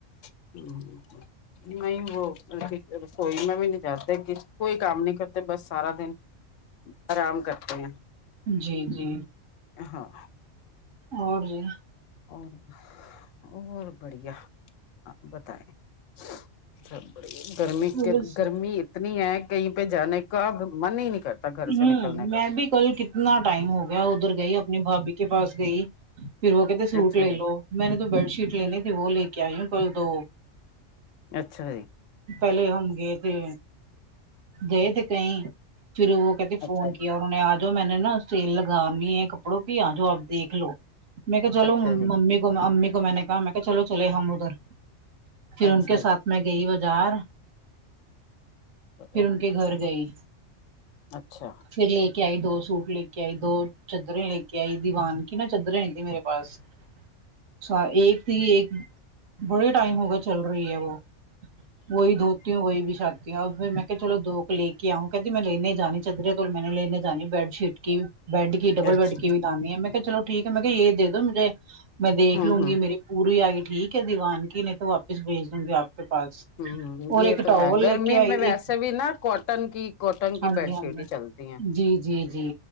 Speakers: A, on the left; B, on the right.
A: ہ نہیں وہ ہیک رسوئی میں بھی جتے کوئی کام نہیں کرتے بس سارا دن آرام کرتے ہیں
B: جی جی
A: ہاں
B: اور جی
A: اور اور بڑھیا آپ بتائے <unintelligible> گرمی کے
B: بس
A: گرمی اتنی ہے کہیں پے جانے کا من ہی نہیں کرتا گھر
B: ہوں
A: سے نکلنے
B: میں
A: کا
B: بھی کل کتنا ٹائم ہو گیا ادھر گئی اپنی بھابی کے پاس گئی پھر وہ کہتے سوٹ
A: اچھا
B: لے
A: جی
B: لو میں نے تو بیڈ شیٹ لینی تھی وہ لے کے آئی ہوں کل دو
A: اچھا جی
B: پہلے ہم گے تھے گئے تھے کہیں پھر وہ کہتے فون
A: اچھا جی
B: کیا انہوں نے آج جو میں نے نا سیل لگانی ہے کپڑوں کی آجاؤ آپ دیکھ لو میں کا چلو
A: اچھا جی
B: ممی کو امی کو میں نے کہا میں کہا چلو چلے ہم ادھر پھر
A: اچھا
B: ان کے
A: جی
B: ساتھ میں گئی بازار
A: چلو
B: پھر ان کے گھر گئے
A: اچھا
B: پھر ایک کے آئی دو سوٹ لے کے آئی دو چدریں لے کے آئی دیوان کی نہ چدریں نہیں تھی میرے پاس اچھا ایک تھی ایک بڑے ٹائم ہوگا چل رہی ہے وہ وہی دھوتی ہوں وہی بچھاتی ہوں اور پھر میں دھوکے لے کے آؤں کہتی میں لینے جانی چدرے پھر میں نے لینے جانی بیڈ شیٹ کی بیڈ کی ڈبل
A: اچھا
B: بیڈ کی بھی لانی ہے میں کہا چلو ٹھیک ہے میں یے دے دو مجھے میں دیکھ
A: ہوں
B: لوں
A: ہوں
B: گی
A: ہوں
B: میری پوری آئی ٹھیک ہے دیوان کی نہیں تو واپس بھیج دوں گی آپ کے پاس
A: آمم ہمم
B: اور
A: یے
B: ایک
A: تو
B: ٹاول
A: ہے گرمی
B: لے کے آئی
A: میں ویسے
B: ایک
A: بھی نا کوٹن کی کاٹن کی
B: ہاں
A: بیڈ
B: جی
A: شیٹ
B: ہاں جی
A: ہی چلتی ہیں
B: جی جی جی